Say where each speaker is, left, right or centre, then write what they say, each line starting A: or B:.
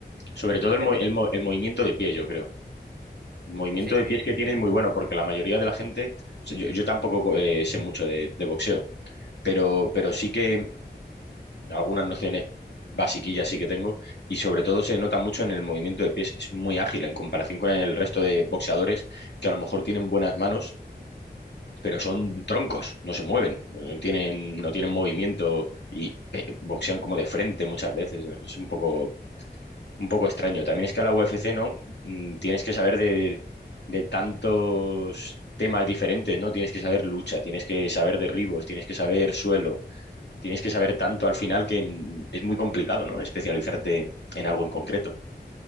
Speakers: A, on the left (about 75°); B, on the right (about 60°).
A: Sobre todo el,
B: pero
A: mo- el mo- el movimiento de pie, yo creo. El movimiento
B: sí,
A: de
B: sí,
A: pies que tiene
B: claro
A: es muy
B: también.
A: bueno porque la mayoría de la gente, o sea, yo, yo tampoco eh, sé mucho de, de boxeo, pero, pero sí que algunas nociones basiquillas sí que tengo y sobre todo se nota mucho en el movimiento de pies, es muy ágil en comparación con el resto de boxeadores que a lo mejor tienen buenas manos, pero son troncos, no se mueven, no tienen, no tienen movimiento y eh, boxean como de frente muchas veces, ¿no? es un poco, un poco extraño. También es que a la UFC, ¿no? Mm, Tienes que saber de, de tantos temas diferentes, ¿no? Tienes que saber lucha, tienes que saber derribos, tienes que saber suelo, tienes que saber tanto al final que mm, es muy complicado, ¿no? Especializarte en algo en concreto.